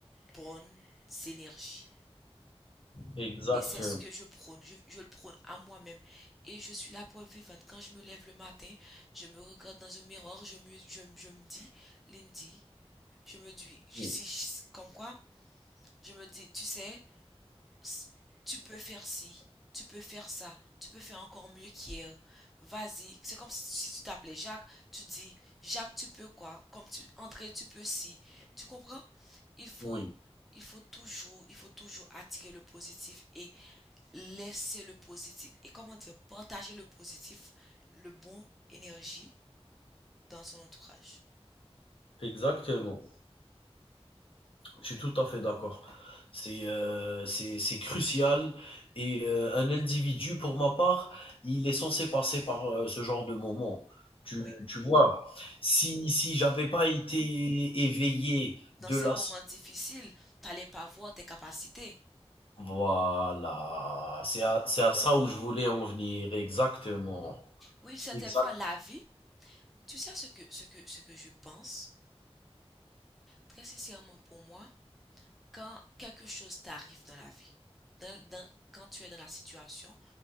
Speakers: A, in the centre; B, on the left (about 55°).
A: bonnes énergies.
B: exactement.
A: Et c'est ce que je prône. Je, je le prône à moi-même. Et je suis la preuve vivante. Quand je me lève le matin, je me regarde dans un miroir, je me, je, je me dis, Lindy, je me dis, si,
B: Oui,
A: comme quoi, je me dis, tu sais, S- tu peux faire ci, tu peux faire ça, tu peux faire encore mieux qu'hier. Vas-y. C'est comme si, si tu t'appelais Jacques, tu dis, Jacques, tu peux quoi? Comme tu, André, tu peux ci. Tu comprends? Il faut,
B: oui,
A: il faut toujours, il faut toujours attirer le positif et laisser le positif. Et comment dire, partager le positif, le bon énergie dans son entourage.
B: exactement. Je suis tout à fait d'accord. C'est euh, c'est c'est crucial et euh, un individu, pour ma part, il est censé passer par euh, ce genre de moment. Tu,
A: Oui.
B: tu vois, si, si j'avais pas été éveillé
A: Dans
B: de
A: ce
B: la...
A: moment difficile, t'allais pas voir tes capacités.
B: Voilà, c'est à, c'est à ça où je voulais en venir, exactement.
A: Oui, certaines
B: Exact,
A: fois, la vie, Tu sais ce que, ce que, ce que je pense, très sincèrement pour moi, quand quelque chose t'arrive dans la vie, dans, dans- quand tu es dans la situation,